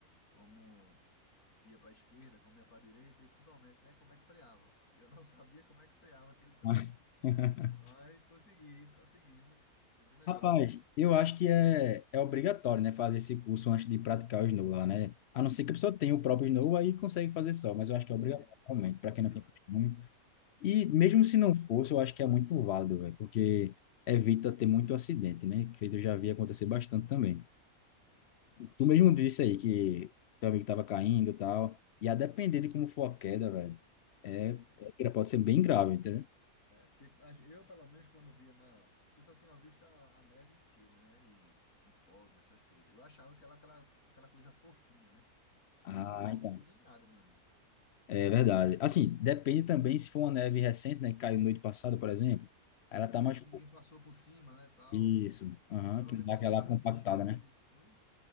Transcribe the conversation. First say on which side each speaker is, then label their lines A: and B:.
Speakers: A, on the left; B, on the left.
A: como ia pra esquerda, como ia pra direita e principalmente, né, como é que freava. Que eu não <laughs> sabia como é que freava aquele troço.
B: Mas- <laughs>
A: Mas consegui, conseguimos. Foi bem legal.
B: Rapaz, eu acho que é, é obrigatório, né, fazer esse curso antes de praticar o snow lá, né? A não ser que a pessoa tenha o próprio snow aí consegue fazer só, mas eu acho que é
A: Isso,
B: obrigatório realmente, para quem
A: exato.
B: não tem costume. E mesmo se não fosse, eu acho que é muito válido, velho, porque evita ter muito acidente, né? Que eu já vi acontecer bastante também. Tu mesmo disse aí que teu amigo tava caindo e tal. E a depender de como for a queda, velho, é,
A: É.
B: é- pode ser bem grave, entendeu?
A: É, porque a gen- eu, pelo menos, quando via na. Porque eu só tinha visto a, a neve em filme, né? Em, em fotos, essas coisas. Eu achava que ela, aquela, aquela coisa fofinha, né?
B: Ah,
A: E de fofo
B: então.
A: não tem nada, meu amigo.
B: É verdade. Assim, depende também se for uma neve recente, né? Que caiu noite passada, por exemplo. Ela tá
A: E
B: mais.
A: se
B: pouco.
A: ninguém passou por cima, né, tal.
B: Isso. Aham,
A: Pelo
B: que
A: menos
B: dá
A: nas
B: aquela
A: partes
B: compactada,
A: de esqui que
B: né?
A: a gente foi,